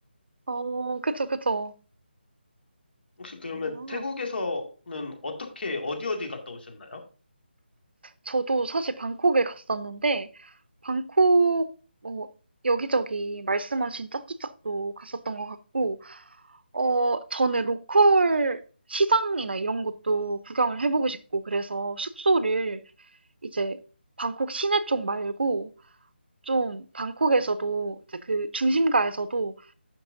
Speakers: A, on the right (about 65°); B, on the left (about 65°).
A: 어, 그쵸, 그쵸.
B: 혹시 그러면
A: 아,
B: 태국에서는 어떻게 어디 어디 갔다 오셨나요?
A: 저도 사실 방콕에 갔었는데, 방콕, 뭐, 여기저기 말씀하신 짜뚜짝도 갔었던 것 같고, 어, 저는 로컬 시장이나 이런 것도 구경을 해보고 싶고, 그래서 숙소를 이제 방콕 시내 쪽 말고, 좀 방콕에서도 이제 그 중심가에서도